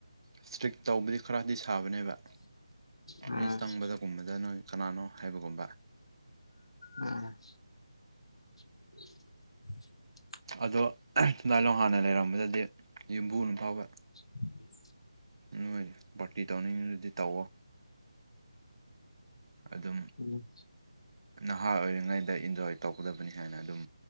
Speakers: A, on the right; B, on the left.
A: ꯏꯁꯇ꯭ꯔꯤꯛ ꯇꯧꯕꯗꯤ ꯈꯔꯗꯤ ꯁ ꯊꯥꯕꯅꯦꯕ
B: ꯎꯝ
A: ꯃꯤ ꯆꯪꯕꯗꯒꯨꯝꯕꯗ ꯅꯣꯏ ꯀꯅꯥꯅꯣ ꯍꯥꯏꯕꯒꯨꯝꯕ
B: ꯎꯝ <inaudible>
A: ꯑꯗꯣ ꯗꯥꯏ ꯂꯣꯡ ꯍꯥꯟꯅ ꯂꯩꯔꯝꯕꯗꯗꯤ ꯌꯨꯝꯕꯨ ꯑꯃ ꯐꯥꯎꯕ
B: <inaudible>
A: ꯅꯣꯏ ꯄꯥꯔꯇꯤ ꯇꯧꯅꯤꯡꯉꯤꯗꯨꯗꯤ ꯇꯧꯋꯣ ꯑꯗꯨꯝ
B: ꯎꯝ
A: ꯅꯍꯥ ꯑꯣꯏꯔꯤꯉꯩꯗ ꯏꯟꯖꯣꯏ ꯇꯧꯒꯗꯕꯅꯤ ꯍꯥꯏꯅ ꯑꯗꯨꯝ